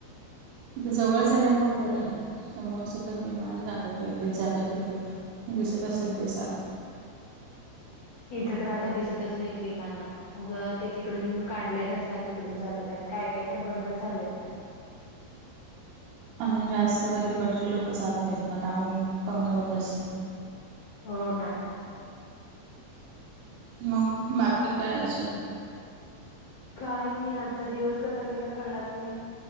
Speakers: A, on the right (about 75°); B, on the left (about 70°).
A: इथे जवळ झाल्यामुळं बरं आहे समोर सतत विमान जातात येत्यात जातात येतात. दिसत असेल ते सा
B: इथं तर आता दिसतच नाहीत विमानं. आग ते तिकडून काढले रस्ता तिकडून जातात आणि काय काय तर बंदच झालेत म्हणे.
A: अजून जास्त काय तिकडची लोकं जात नाहीत ना त्यामुळे कमी होत असतील.
B: हो ना!
A: मग बाकी काय आजून?
B: काही नाही आजचा दिवस कसा गेला कळलाच नाही.